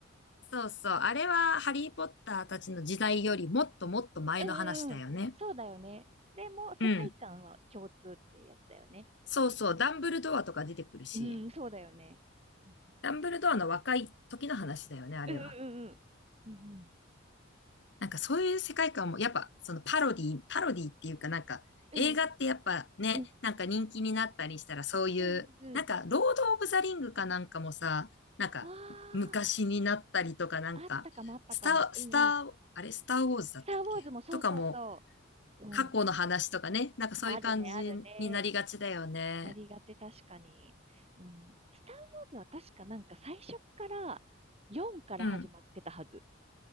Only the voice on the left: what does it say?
そうそう。あれはハリーポッターたちの時代よりもっともっと前の話だよね。
うん。そうそう。ダンブルドアとか出てくるし、
ダンブルドアの若い時の話だよね、あれは。
なんかそういう世界観も、やっぱそのパロディ、パロディっていうかなんか映画ってやっぱね、
なんか人気になったりしたらそういう、
なんかロード・オブ・ザ・リングかなんかもさ、なんか昔になったりとかなんか、
スター、
スター、あれ、スター・ウォーズだったっけとかも、
過去の話とかね、なんかそういう感じになりがちだよね。
うん。